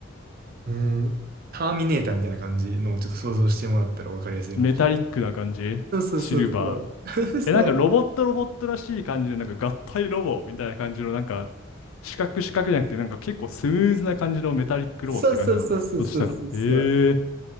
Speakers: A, on the right (about 45°); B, on the left (about 85°).
A: うーん、ターミネーターみたいな感じのをちょっと想像してもらったらわかりやすいかもし
B: メタリックな感じシルバー。
A: れない。そうそうそうそう。<laughs> そう。
B: え、なんかロボットロボットらしい感じで、なんか合体ロボみたいな感じの、なんか、四角四角じゃなくて、なんか結構スムーズな感じのメタリックロボって感じなんだ。
A: そうそうそうそうそうそう。
B: そしたら、へえ。